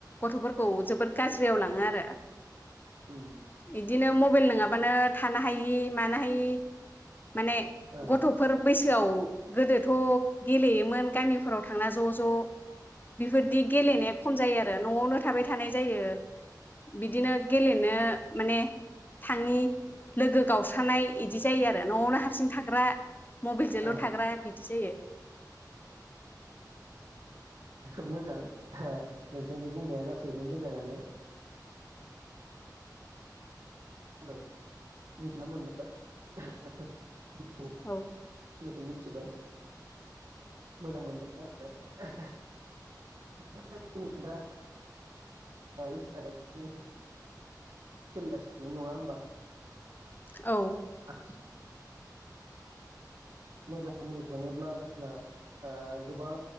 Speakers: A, on the left; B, on the right.
A: गथफोरखौ जोबोर गाज्रि। जियाव लाङो आरो।
B: उम
A: इदिनो म मबाइल नङाबानो थानो हायि मानो हायि माने
B: औ
A: गथफोर बैसोआव गोदोथ गेलेयोमोन गामिफोराव थांना ज ज। बेफोरदि गेलेनाया खम जायो आरो न आवनो। थाबाय थानाय जायो बिदिनो गेलनो नो माने थाङि लोगो गावस्रानाय बिदि जायो आरो नआवनो हारसिं थां ग्रा मबाइलजोंल
B: औ
A: थाग्रा बिदि जायो।
B: <inaudible> खोब मोजां ओ नोंथांनि बुंनाया गासैबो मोजाङानो। बो मिथिना मोनबाय <unintelligible>
A: औ
B: जिखिनिखौ मिथिबाय मोजां मोनबाय आङो <unintelligible> दा इन्टारनेटनि सोलिगासिनो नङा होमबा
A: औ
B: <unintelligible> मोजां होननो थाङोब्ला जोंहा गोबां